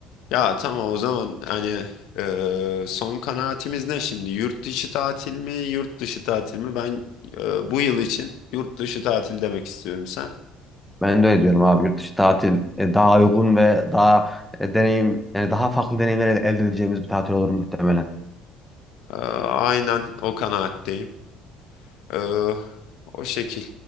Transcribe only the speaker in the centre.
Ben de öyle diyorum abi. Yurt dışı tatil e, daha uygun ve daha e, deneyim yani daha farklı deneyimler el- elde edeceğimiz bir tatil olur muhtemelen.